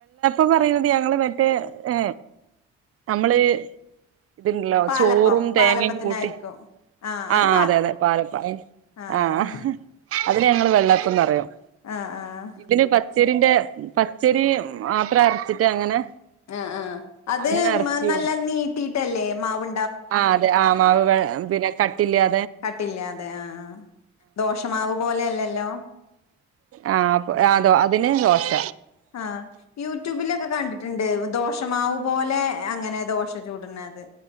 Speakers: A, on the right; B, on the left.
A: ഇ പറയുന്നത് ഞങ്ങള് മറ്റേ ഏ നമ്മള് ഇത്ണ്ടല്ലോ
B: പാലപ്പം
A: ചോറും തേങ്ങയൊക്കെ
B: പാലപ്പത്തിനായിരിക്കും
A: കൂട്ടി
B: ആഹ്
A: ആ
B: അത്
A: അതെ അതെ പാലപ്പം
B: ആഹ്
A: ആ അതിന് ഞങ്ങള് വെള്ളപ്പംന്ന് പറയും
B: ആഹ് ആഹ്
A: ഇതിന് പച്ചരിൻ്റ പച്ചരി മാത്രം അരച്ചിട്ട് അങ്ങനെ
B: ആ ആ അത്
A: അങ്ങനെ എറച്ചി
B: നല്ല നീട്ടിട്ടല്ലേ മാവ്
A: ആ അതെ ആ മാവു പിന്നെ കട്ടി ഇല്ല്യാ
B: കട്ടി ഇല്ലാതെ അതെ ആ ദോശമാവു പോലെ അല്ലല്ലോ
A: ആ അപ്പൊ അതോ അതിന് ദോശ
B: ആ യൂട്യൂബിലൊക്കെ കണ്ടിട്ടുണ്ട് ദോശമാവു പോലെ അങ്ങനെ ദോശ ചൂടണത്